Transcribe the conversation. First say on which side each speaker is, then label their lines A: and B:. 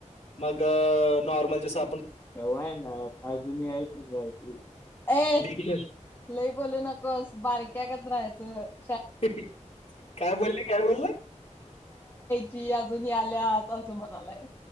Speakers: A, on the left; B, on the left.
A: मग नॉर्मल जसा
B: कवा येणार अजून यायची अशी ए
A: बिगिनर
B: लई बोलू नकोस बारक्या गत रायचं. च.
A: काय बोलली? काय बोलला?
B: ती अजून याल्यात असं म्हणालाय.